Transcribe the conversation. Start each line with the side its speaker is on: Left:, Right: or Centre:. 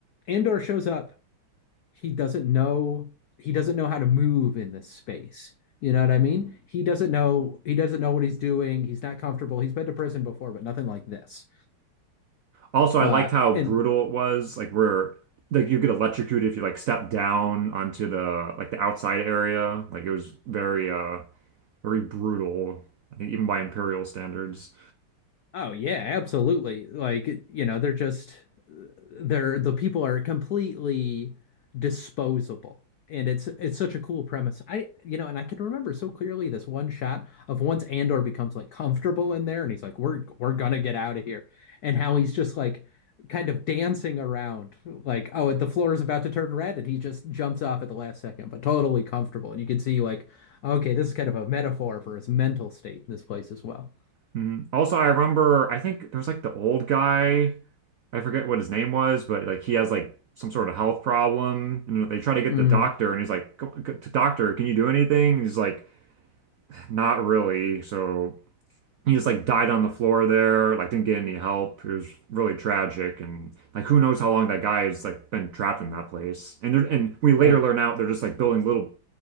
Left: Andor shows up he doesn't know he doesn't know how to move in this space. You know what I mean? He doesn't know he doesn't know what he's doing. He's not comfortable. He's been to prison before, but nothing like this.
Right: Also, I
Left: Uh,
Right: liked how
Left: and
Right: brutal it was. Like where like you get electrocuted if you like step down onto the like the outside area. Like it was very uh very brutal, I think even by Imperial standards.
Left: Oh yeah, absolutely. Like, you know, they're just they're the people are completely disposable. And it's it's such a cool premise. I you know, and I can remember so clearly this one shot of once Andor becomes like comfortable in there and he's like, We're we're gonna get out of here. And how he's just like kind of dancing around, like, oh, the floor is about to turn red and he just jumps off at the last second, but totally comfortable. And you can see like, okay, this is kind of a metaphor for his mental state in this place as well.
Right: Mhm. Also, I remember I think there was like the old guy. I forget what his name was, but like he has like some sort of health problem, and they try to get
Left: Mm.
Right: the doctor, and he's like, "Go- go- "Doctor, can you do anything?" And he's like, "Not really." So he just like died on the floor there, like didn't get any help. It was really tragic, and like who knows how long that guy has like been trapped in that place. And they and we later
Left: Oh.
Right: learn out they're just like building little